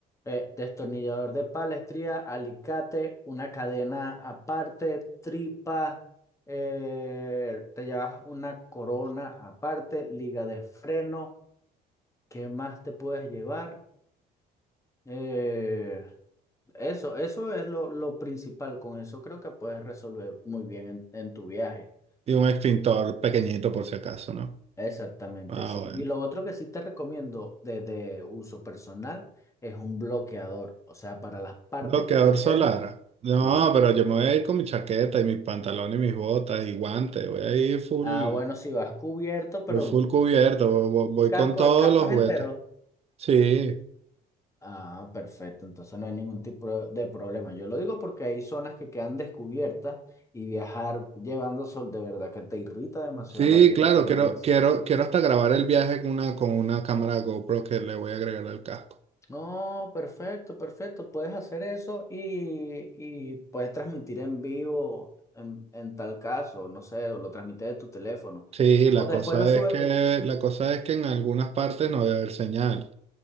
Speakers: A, on the left; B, on the right.
A: Eh, destornillador de palestría, alicate, una cadena aparte, tripa, eh, te llevas una corona aparte, liga de freno, ¿qué más te puedes llevar? Eh, eso, eso es lo, lo principal, con eso creo que puedes resolver muy bien en, en tu viaje.
B: Y un extintor pequeñito por si acaso, ¿no?
A: Exactamente,
B: Ah,
A: sí.
B: bueno.
A: Y lo otro que sí te recomiendo de, de uso personal es un bloqueador, o sea, para las partes
B: Bloqueador
A: que te
B: solar.
A: queden...
B: No,
A: sí,
B: pero yo me voy a ir con mi chaqueta y mis pantalones y mis botas y guantes. Voy a ir full,
A: Ah, bueno, si vas cubierto, pero
B: voy full cubierto, vo- vo- voy,
A: ¿y casco?
B: con todos
A: ¿El casco
B: los
A: es
B: juguetes.
A: entero?
B: Sí,
A: Ah, perfecto. Entonces no hay ningún tipo de problema. Yo lo digo porque hay zonas que quedan descubiertas y viajar llevando sol de verdad que te irrita demasiado
B: sí,
A: la piel,
B: claro,
A: quema
B: quiero,
A: demasiado.
B: quiero, quiero hasta grabar el viaje con una, con una cámara GoPro que le voy a agregar al casco.
A: No, perfecto, perfecto. Puedes hacer eso y, y puedes transmitir en vivo en, en tal caso, no sé, o lo transmites de tu teléfono.
B: Sí,
A: O
B: la
A: después
B: cosa
A: lo subes,
B: es que, la cosa es que en algunas partes no voy a haber señal.